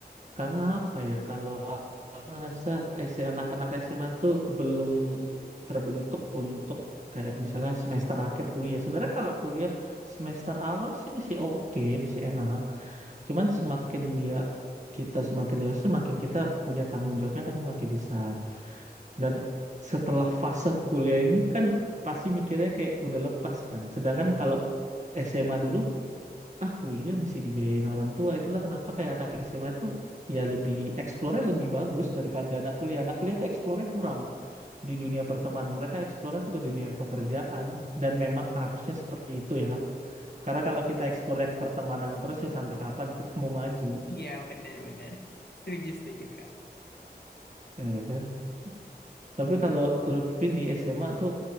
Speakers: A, on the right (about 45°); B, on the left (about 80°).
A: Karena apa ya, kalau aku ngerasa S- M anak-anak SMA tuh belum terbentuk untuk kayak misalnya semester akhir kuliah. Sebenarnya kalau kuliah semester awal sih masih oke, masih enak. Cuman semakin dia kita semakin dewasa, semakin kita punya tanggung jawabnya kan makin besar. Dan setelah fase kuliah ini kan pasti mikirnya kayak udah lepas kan. Sedangkan kalau SMA dulu ah kuliah mesti dibiayain orang tua itulah kenapa kayak anak SMA tuh ya lebih eksplornya lebih bagus daripada anak kuliah anak kuliah tuh eksplornya kurang di dunia pertemanan mereka eksplornya tuh ke dunia pekerjaan dan memang harusnya seperti itu ya karena kalau kita eksplornya ke pertemanan terus ya sampai kapan kita mau maju
B: Iya, benar-benar. Setuju, setuju, Kak.
A: ya kan tapi kalau Lutfi di SMA tuh